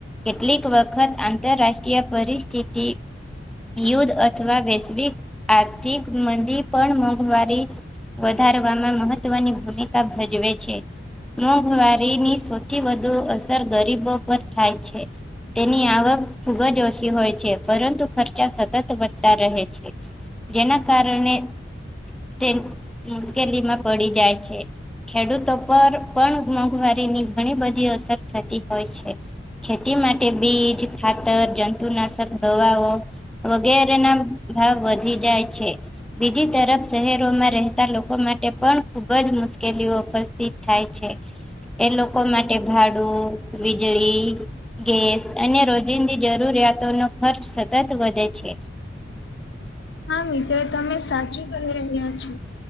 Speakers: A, in the centre; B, on the left.
A: કેટલીક વખત આંતરરાષ્ટ્રીય પરિસ્થિતિ, યુદ્ધ અથવા વૈશ્વિક આર્થિક મંદી પણ મોંઘવારી, વધારવામાં મહત્વની ભુમિકા ભજવે છે મોંઘવારીની સ વથી વધુ અસર ગરીબો પર થાય છે. તેની આવક ખુબ જ ઓછી હોય છે પરંતુ ખર્ચા સતત વધતા રહે છે. જેના કારણે, તે હ મુશ્કેલી માં પડી જાય છે. ખેડૂતો પર પણ મોંઘવારીની ઘણી બધી અસર થતી હોય છે. ખેતી માટે બીજ, ખાતર, જંતુનાશક દવાઓ, વગેરેના ભાવ વધી જાય છે. બીજી તરફ શહેરોમાં રહેતા લોકો માટે પણ ખુબ જ મુશ્કેલીઓ ઉપસ્થિત થાય છે. એ લોકો માટે ભાડું, વીજળી, ગેસ અને રોજિંદી જરૂરિયાતો નો ખર્ચ સતત વધે છે.
B: હા મિત્ર તમે સાચું કહી રહ્યા છો.